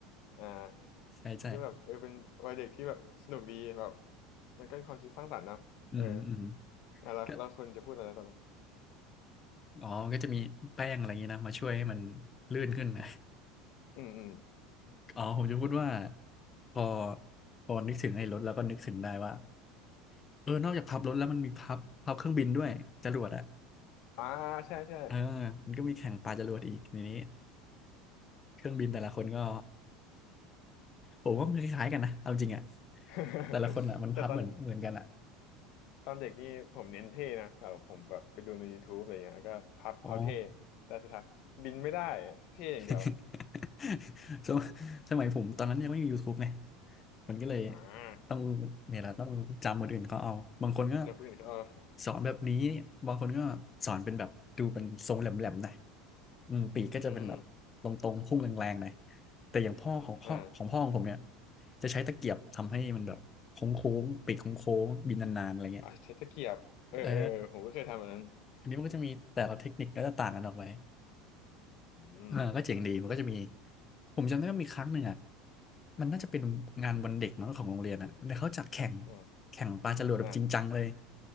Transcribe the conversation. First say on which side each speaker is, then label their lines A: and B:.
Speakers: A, on the left (about 55°); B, on the left (about 20°).
A: อ่า
B: ใช่ใช่
A: มันก็แบบเออเป็นวัยเด็กที่แบบสนุกดีแบบมันก็เป็นความคิดสร้างสรรค์นะเออ
B: อืมอืม
A: อ่ะแล้วแล้วคุณจะพูดอะไรตอนนั้น
B: ก็ อ๋อมันก็จะมีแป้งอะไรอย่างนี้นะมาช่วยให้มันลื่นขึ้นนะ
A: อืมอืม
B: <laughs> อ๋อผมจะพูดว่าพอพอนึกถึงไอ้รถแล้วก็นึกถึงได้ว่าเออนอกจากพับรถแล้วมันมีพับพับเครื่องบินด้วยจรวดอ่ะ
A: อ่าใช่ใช่
B: เออมันก็มีแข่งปาจรวดอีกในนี้เครื่องบินแต่ละคนก็ผมว่ามันคล้ายๆกันนะเอาจริงอ่ะ
A: <laughs>
B: แต่ละคนอ่ะมันพับเหมือนเหมือนกันอ่ะ
A: แต่ตอนตอนเด็กนี่ผมเน้นเท่นะแต่ผมแบบไปดูใน YouTube อะไรเงี้ยแล้วก็พับเอาเท่
B: อ๋อ
A: แต่สุดท้ายบินไม่ได้เท่อย่างเดียว
B: <laughs>
A: โอ้โห
B: สมสมัยผมตอนนั้นยังไม่มีย o ท t บไงมันก็เลย
A: อ่า
B: ต้องเนี่ยแหละต้องจำคนอื่นเขาเอาบางคนก็
A: เจ้าคนอื่นเขาเอา
B: สอนแบบนี้บางคนก็สอนเป็นแบบดูเป็นทรงแหลมๆหน่อยอืมปีกก็จะเป็นแบบตรงๆพุ่งแรงๆหน่อย
A: อืม
B: แต่อย่างพ่อของพ่อของพ่อของผมเนี่ย
A: อ่า
B: จะใช้ตะเกียบทำให้มันแบบโค้งๆปีกโค้งๆบินนานๆอะไรเงี้ย
A: อ่าใช้ตะเกียบเออเออผมก็เคยทำอันนั้น
B: เอออันนี้มันก็จะมีแต่ละเทคนิคก็จะต่างกันออกไป
A: โอ้อืม
B: เออก็เจ๋งดีมันก็จะมีผมจำได้ว่ามีครั้งหนึ่งอ่ะมันน่าจะเป็นงานวันเด็กมั้งของโรงเรียนอ่ะแล้วเขาจัดแข่ง
A: อ่า
B: แข่งปลาจรวดแบบจริงจังเลย
A: อ่า